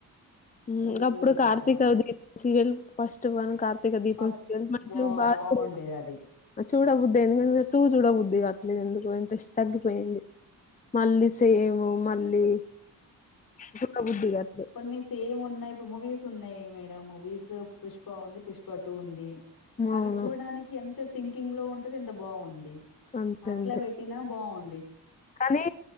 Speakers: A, on the left; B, on the left.
A: ఇంకా
B: గలీజుగా
A: అప్పుడు
B: అయిపోతా
A: కార్తీక
B: ఉంది
A: దీ సీరెల్ ఫస్ట్ వన్ కా ర్తీక దీపం
B: ఫస్ట్
A: మంచిం
B: బా
A: బాగా
B: బాగుండేది
A: చ
B: అది
A: చూడబుద్దు ఎందుక టూ చూడబుద్ది అట్ ఎందుకుంట తగ్గిపోయింది మళ్ళీ సేము మళ్ళీ చూడబుద్ధి కాట్లే
B: కొన్ని సేమ్ ఉన్నాయిపు మూవీస్ ఉన్నాయ్ మేడం మూవీస్ పుష్ప ఉంది పుష్ప టూ ఉంది. అవి
A: అవును
B: చూడానికి ఎ తే సింకింగ్ లో ఉంటది ఎంత బావుంది.
A: అంతే
B: అట్లా
A: అంతే
B: పెట్టినా బావుం
A: కానీ